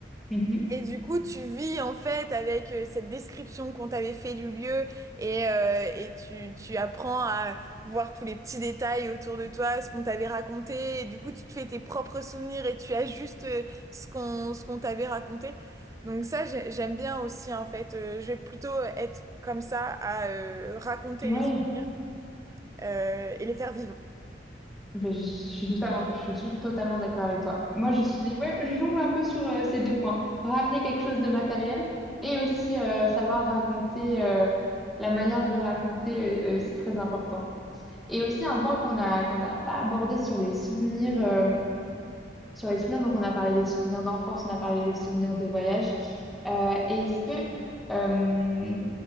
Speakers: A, in the centre; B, on the right.
A: mhm.
B: Et du coup, tu vis en fait avec euh, cette description qu'on t'avait fait du lieu et, euh, et tu, tu apprends à voir tous les petits détails autour de toi, ce qu'on t'avait raconté. Et du coup, tu te fais tes propres souvenirs et tu ajustes euh, ce qu'on ce qu'on t'avait raconté. Donc ça, j'ai- j'aime bien aussi en fait. Euh, je vais plutôt être comme ça à euh, raconter
A: Oui.
B: les souvenirs euh, et les faire vivre.
A: Ben, je suis totalement, je suis totalement d'accord avec toi. Moi, je suis, ouais, je jongle un peu sur euh, ces deux points. Ramener quelque chose de matériel
B: Mmh.
A: et aussi euh, savoir raconter, euh, la manière de le raconter, euh, euh, c'est très important. Et aussi un point qu'on a, qu'on n'a pas abordé sur les souvenirs. euh, sur les souvenirs, donc on a parlé des souvenirs d'enfance, on a parlé des souvenirs de voyage. Euh, et est-ce que euh,